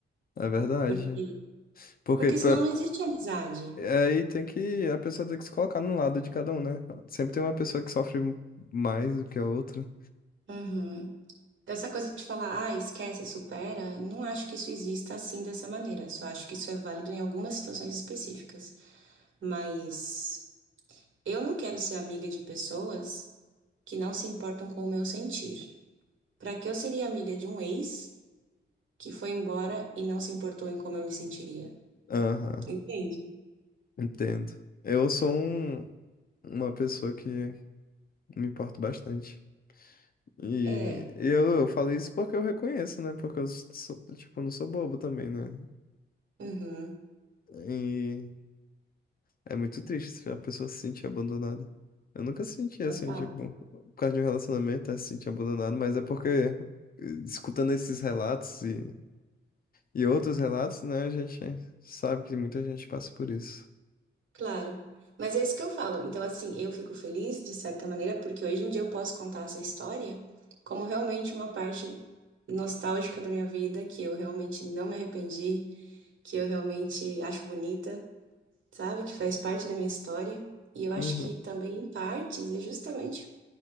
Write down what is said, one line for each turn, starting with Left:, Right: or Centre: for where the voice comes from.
Left: é verdade.
Right: Porque,
Left: Porque
Right: porque
Left: pra-
Right: senão não existe amizade.
Left: aí tem que, a pessoa tem que se colocar no lado de cada um, né? Sempre tem uma pessoa que sofre mais do que a outra.
Right: Uhum. Essa coisa de falar, ah, esquece, supera, não acho que isso exista assim dessa maneira. Só acho que isso é válido em algumas situações específicas. Mas eu não quero ser amiga de pessoas que não se importam com o meu sentir. Pra que eu seria amiga de um ex que foi embora e não se importou em como eu me sentiria?
Left: Aham,
Right: Entende?
Left: entendo. Eu sou um- uma pessoa que me importo bastante. E
Right: É.
Left: eu, eu falei isso porque eu reconheço, né? Porque eu, sou, tipo, não sou bobo também, né?
Right: Uhum.
Left: E É muito triste se a pessoa se sentir abandonada. Eu nunca senti assim,
Right: Total.
Left: tipo, por causa de um relacionamento, é se sentir abandonado, mas é porque, eh, escutando esses relatos e, e outros relatos, né, a gente sabe que muita gente passa por isso.
Right: Claro. Mas é isso que eu falo. Então, assim, eu fico feliz, de certa maneira, porque hoje em dia eu posso contar essa história como realmente uma parte nostálgica da minha vida, que eu realmente não me arrependi, que eu realmente acho bonita, sabe? Que faz parte da minha história. E eu acho
Left: Uhum.
Right: que também, em partes, é justamente